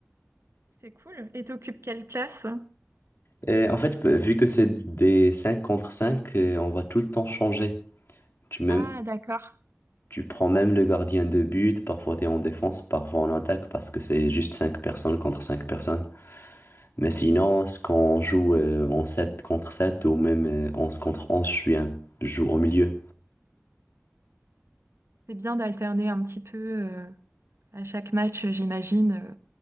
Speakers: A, on the right; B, on the left.
A: C'est cool. Et t'occupes quelle place?
B: Et en fait, vu que c'est des 5 contre 5, euh, on va tout le temps changer. Tu, même,
A: Ah, d'accord.
B: tu prends même le gardien de but, parfois tu es en défense, parfois en attaque, parce que c'est juste 5 personnes contre 5 personnes. Mais sinon, ce qu'on joue euh, en 7 contre 7 ou même euh, 11 contre 11, je suis un, je joue au milieu.
A: C'est bien d'alterner un petit peu euh, à chaque match, j'imagine, euh,